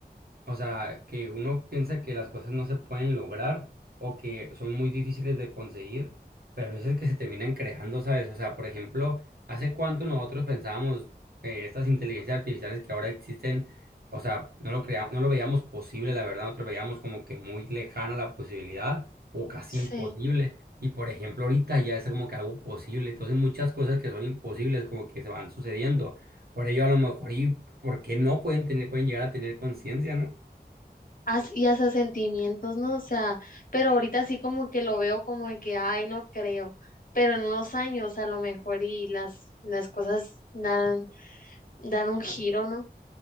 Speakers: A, on the right; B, on the left.
A: O sea, que uno piensa que las cosas no se pueden lograr o que son muy difíciles de conseguir, pero a veces que se terminan creando, ¿sabes? O sea, por ejemplo, ¿hace cuánto nosotros pensábamos que estas inteligencias artificiales que ahora existen, o sea, no lo crea- no lo veíamos posible, la verdad, nosotros veíamos como que muy lejana la posibilidad o casi
B: Sí.
A: imposible. Y por ejemplo, ahorita ya es como que algo posible. Entonces, muchas cosas que son imposibles como que se van sucediendo. Por ello, a lo mejor, ¿y por qué no pueden tener, pueden llegar a tener conciencia, ¿no?
B: As- y hasta sentimientos, ¿no? O sea, pero ahorita sí como que lo veo como de que, ay, no creo. Pero en unos años a lo mejor y las, las cosas dan, dan un giro, ¿no?